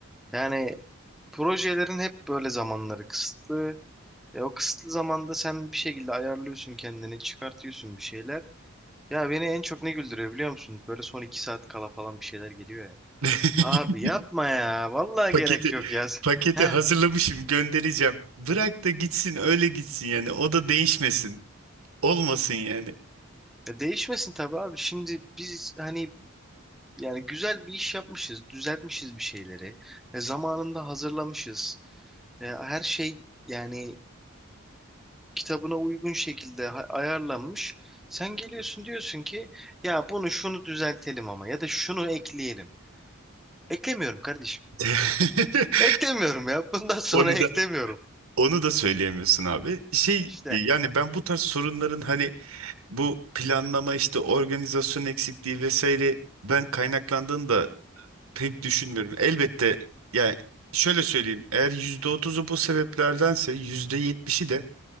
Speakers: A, in the centre; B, on the right (about 90°).
A: Yani projelerin hep böyle zamanları kısıtlı. E, o kısıtlı zamanda sen bir şekilde ayarlıyorsun kendini, çıkartıyorsun bir şeyler. Ya beni en çok ne güldürüyor biliyor musun? Böyle son iki saat kala falan bir şeyler geliyor ya.
B: <laughs>
A: Abi yapma ya. Vallahi
B: Paketi
A: gerek yok ya.
B: paketi
A: Heh,
B: hazırlamışım göndereceğim. Bırak da gitsin öyle gitsin yani o da değişmesin. Olmasın yani.
A: e, değişmesin tabii abi. Şimdi biz hani yani güzel bir iş yapmışız. Düzeltmişiz bir şeyleri. E, zamanında hazırlamışız. E, her şey yani kitabına uygun şekilde ha- ayarlanmış. Sen geliyorsun diyorsun ki ya bunu şunu düzeltelim ama ya da şunu ekleyelim. Eklemiyorum kardeşim.
B: <laughs>
A: Eklemiyorum ya. <laughs> Bundan sonra
B: Onu
A: eklemiyorum.
B: da onu da söyleyemiyorsun abi. Şey
A: İşte.
B: e, yani ben bu tarz sorunların hani bu planlama işte organizasyon eksikliği vesaire ben kaynaklandığını da pek düşünmüyorum. Elbette yani şöyle söyleyeyim eğer yüzde otuzu bu sebeplerdense yüzde yetmişi de